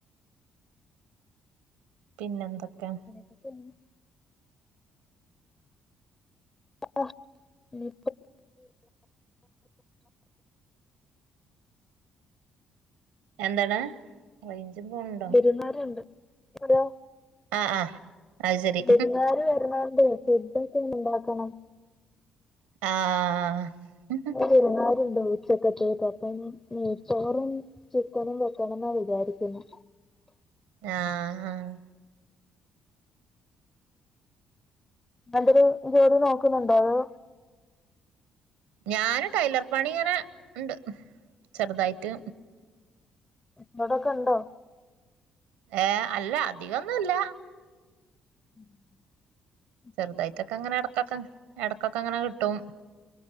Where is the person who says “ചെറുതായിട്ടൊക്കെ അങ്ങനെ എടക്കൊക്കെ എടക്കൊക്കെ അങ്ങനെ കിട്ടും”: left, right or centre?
Right